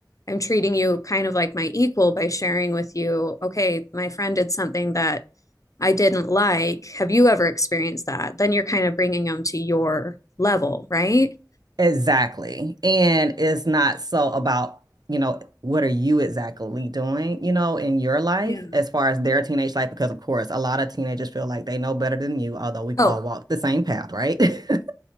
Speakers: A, on the left (about 50°); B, on the right (about 65°).
A: I'm treating you kind of like my equal by sharing with you, okay, my friend did something that I didn't like, have you ever experienced that? Then you're kind of bringing them to your level, right?
B: Exactly. And it's not so about, you know, what are you exactly doing, you know, in your life
A: Yeah.
B: as far as their teenage life? Because, of course, a lot of teenagers feel like they know better than you, although we've
A: Oh,
B: all walked the same path, right? <laughs>